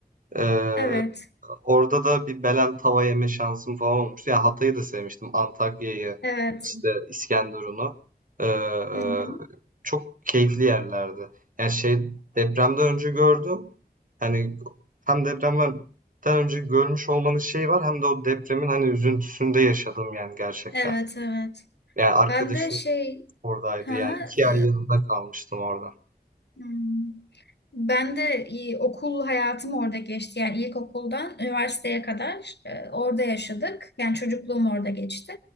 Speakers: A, on the right (about 55°); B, on the left (about 90°).
A: Ee,
B: Evet,
A: Orada da bir Belen tava yeme şansım falan olmuştu. Ya Hatay'ı da sevmiştim. Antakya'yı,
B: evet.
A: işte İskenderun'u. Ee, e,
B: Hı hı.
A: çok keyifli yerlerdi. Yani şey depremden önce gördüm. Hani hem depremden önce görmüş olmanın şeyi var hem de o depremin hani üzüntüsünde yaşadım yani gerçekten.
B: Evet, evet.
A: Yani arkadaşım
B: Ben de şey,
A: oradaydı
B: ha,
A: yani iki
B: e,
A: ay yanında kalmıştım orada.
B: hmm. Ben de e, okul hayatım orada geçti. Yani ilkokuldan üniversiteye kadar e, orada yaşadık. Yani çocukluğum orada geçti.